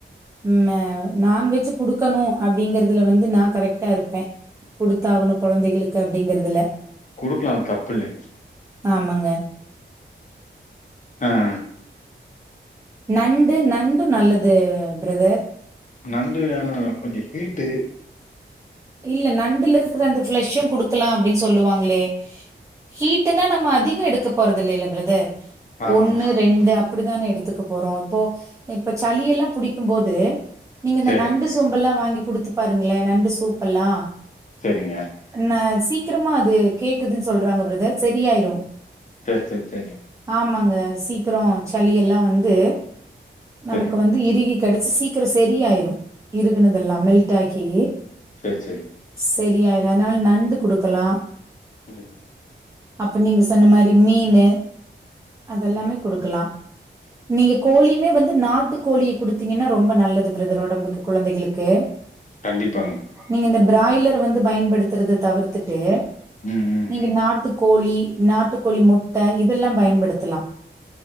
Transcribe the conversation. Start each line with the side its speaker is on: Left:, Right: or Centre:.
Right: உம் நான்வெஜ்ஜு குடுக்கணு அப்படிங்கறதுல வந்து நா கரெக்ட்டா இருப்பே குடுத்தாகணு குழந்தைகளுக்கு அப்டிங்கறதுல
Left: குடுக்கலா தப்புல்லை
Right: ஆமாங்க
Left: ஆஹ்
Right: நண்டு நண்டு நல்லது பிரதர்
Left: நண்டு ஆனா கொஞ்ச ஹீட்டு
Right: இல்ல நண்டுல இருக்கிற அந்த ஃப்ளஷ்ஷு குடுக்கலா அப்டின்னு சொல்லுவாங்களே ஹீட்டுனா நம்ம அதிக எடுக்க போறது இல்லல்ல பிரதர்
Left: ஆமா.
Right: ஒண்ணு ரெண்டு அப்டித்தானே எடுத்துக்க போறோ இப்போ இப்ப சளி எல்லா பிடிக்கும் போது நீங்க இந்த
Left: சரி,
Right: நண்டு சோம்பெல்லா வாங்கி குடுத்து பாருங்களே நண்டு சூப்பெல்லா
Left: சேரிங்க
Right: ம் நா சீக்கிரமா அது கேக்குதுன் சொல்றாங்க பிரதர் சரியாயிரும்
Left: சேரி சேரி சேரி
Right: ஆமாங்க சீக்கிரம் சளி எல்லா வந்து நமக்கு
Left: சரி,
Right: வந்து இறுகி கிடைச்சு சீக்கிரம் சரியாயிரும் இறுகுனது எல்லா மெல்ட் ஆகி
Left: சேரி சேரி
Right: சேரியாயிரு அதனால நண்டு குடுக்கலா
Left: ம்
Right: அப்ப நீங்க சொன்ன மாரி மீனு அதெல்லாமே
Left: ம்.
Right: குடுக்கலா நீங்க கோழியுமே வந்து நாட்டு கோழிய குடுத்தீங்கன்னா ரொம்ப நல்லது பிரதர் உடம்புக்கு குழந்தைகளுக்கு
Left: கண்டிப்பாங்க
Right: நீங்க இந்த பிராய்லர் வந்து பயன்படுத்துறத தவிர்த்துட்டு
Left: ம், ம்,
Right: நீங்க
Left: ம்.
Right: நாட்டு கோழி நாட்டுக்கோழி முட்ட இதெல்லாம் பயன்படுத்தலாம்